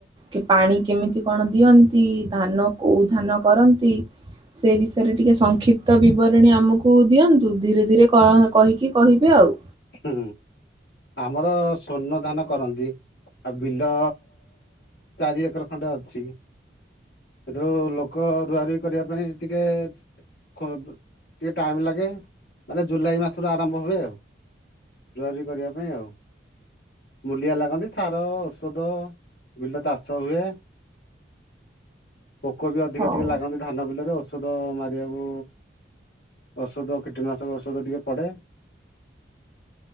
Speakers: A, on the right (about 25°); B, on the left (about 65°).
A: କେ ପାଣି କେମିତି କଣ ଦିଅନ୍ତି ଧାନ କେଉଁ ଧାନ କରନ୍ତି? ସେଇ ବିଷୟରେ ଟିକେ ସଂକ୍ଷିପ୍ତ ବିବରଣୀ ଆମକୁ ଦିଅନ୍ତୁ। ଧୀରେ ଧୀରେ କହ କହିକି କହିବେ ଆଉ।
B: ହୁଁ ଆମର ସ୍ଵର୍ଣ୍ଣ ଧାନ କରନ୍ତି। ବିଲ ଚାରି ଏକର ଖଣ୍ଡେ ଅଛି। ସେଠୁ ଲୋ କ ରୁଆ ରୁଈ କରିବା ପାଇଁ ଟିକେ କ ଟିକେ ଟାଇମ ଲାଗେ ମାନେ ଜୁଲାଇ ମାସରୁ ଆରମ୍ଭ ହୁଏ ଆଉ। ରୁଆରୁଇ କରିବା ପାଇଁ ଆଉ। ମୂଲିଆ ଲାଗନ୍ତି ସାର ଔଷଧ ବିଲ ଚାଷ ହୁଏ। ପୋକ ବି ଅଧିକ
A: ହଁ।
B: ଟିକେ ଲାଗନ୍ତି। ଧାନ ବିଲରେ ଔଷଧ ମାରିବାକୁ ଔଷଧ କୀଟନାଶକ ଔଷଧ ଟିକେ ପଡ଼େ।